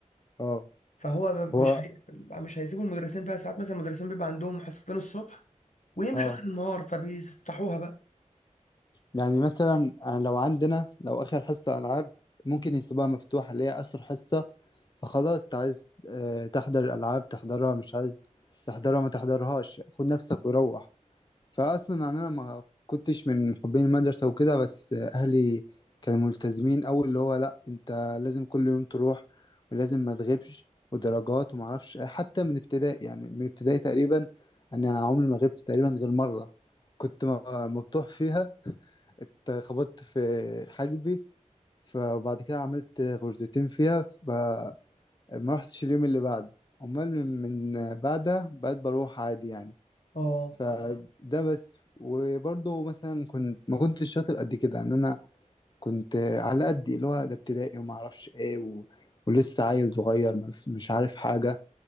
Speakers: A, on the left (about 35°); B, on the left (about 70°).
A: اه
B: فهو ب-
A: هو
B: مش هي- مش هيسيبوا المدرسين بقى ساعات مثلا المدرسين بيبقى عندهم حصتين الصبح ويمشوا
A: اه
B: اخر النهار فبيفتحوها بقى
A: يعني مثلا آه، لو عندنا لو اخر حصة العاب ممكن يسيبوها مفتوحة اللي هي اخر حصة فخلاص انت عايز آه، تحضر الالعاب تحضرها مش عايز تحضرها ما تحضرهاش خد نفسك وروح فاصلا يعني انا ما كنتش من محبين المدرسه وكده بس اهلي كانوا ملتزمين أوي اللي هو لا انت لازم كل يوم تروح ولازم ما تغيبش ودرجات وما اعرفش إيه. حتى من ابتدائي يعني من ابتدائي تقريبا انا عمري ما غبت تقريبا غير مره كنت م- مبطوح فيها اتخبطت في حاجبي فبعد كده عملت غرزتين فيها فما رحتش اليوم اللي بعده امال من من بعدها بقيت بروح عادي يعني
B: اه
A: فده بس وبرضه مثلا كنت ما كنتش شاطر قد كده ان انا كنت على قدي اللي هو ده ابتدائي وما اعرفش ايه و... ولسه عيل صغير ما ف- مش عارف حاجة